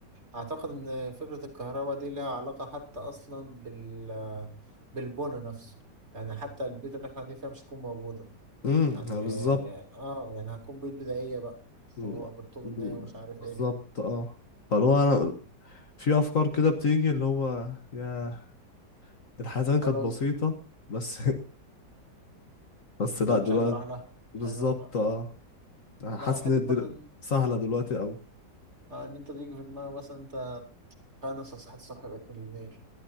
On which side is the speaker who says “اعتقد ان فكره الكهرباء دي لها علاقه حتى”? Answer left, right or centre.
Right